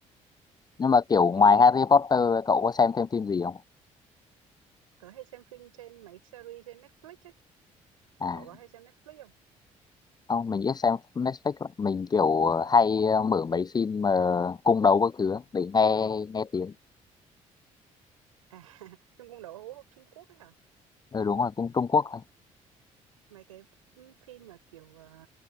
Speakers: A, on the left; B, on the right.
A: nhưng mà kiểu
B: Ơ thế
A: ngoài Harry Potter cậu có xem thêm phim gì không
B: tớ hay xem phim trên mấy series trên Netflix ấy.
A: à
B: Cậu có hay xem Netflix không?
A: không mình ít xem Netflix lắm. mình kiểu ờ, hay ờ, mở mấy phim mà cung đấu các thứ á để nghe nghe tiếng
B: À, <laughs> nhưng cũng đấu Trung Quốc ấy hả?
A: ừ đúng rồi cung Trung Quốc
B: Mấy cái ừ, phim mà kiểu à,